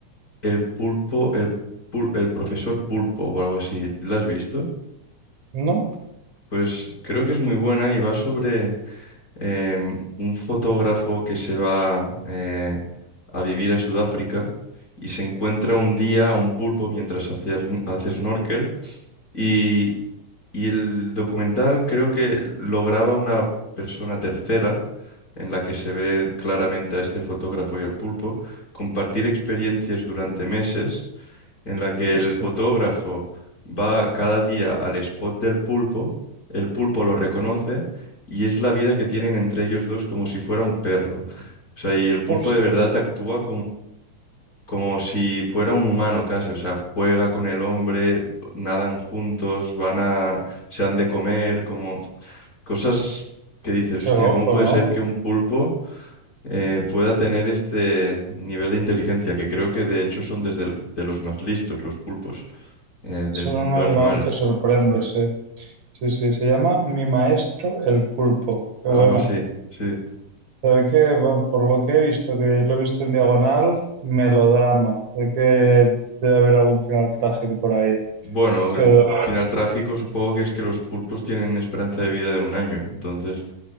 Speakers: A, on the left; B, on the right.
A: el pulpo, el, pul- el profesor pulpo o algo así. ¿La has visto?
B: ¿No?
A: Pues creo que es muy buena y va sobre em, un fotógrafo que se va eh, a vivir a Sudáfrica y se encuentra un día a un pulpo mientras hace, hace snorkel Y, y el documental creo que lo graba una persona tercera en la que se ve claramente a este fotógrafo y al pulpo compartir experiencias durante meses en la que
B: Hostia,
A: el fotógrafo va cada día al spot del pulpo, el pulpo lo reconoce y es la vida que tienen entre ellos dos como si fuera un perro. O sea, y el pulpo
B: hostia,
A: de verdad actúa como si fuera un humano casi, o sea, juega con el hombre, nadan juntos, van a, se han de comer, como cosas que dices, hostia,
B: qué loco,
A: ¿cómo puede
B: ¿no?
A: ser que un pulpo eh, pueda tener este nivel de inteligencia? Que creo que de hecho son desde el- de los más listos, los pulpos eh, del
B: Son
A: mundo
B: un animal
A: animal.
B: que sorprende,
A: Mm,
B: sí. Sí, sí, se llama Mi Maestro el Pulpo. Qué
A: Algo
B: buena.
A: así, sí.
B: Sé que bueno, por lo que he visto, que lo he visto en diagonal, melodrama. Sé que debe haber algún final trágico por ahí.
A: Bueno, el
B: Pero,
A: final trágico supongo que es que los pulpos tienen esperanza de vida de un año, entonces,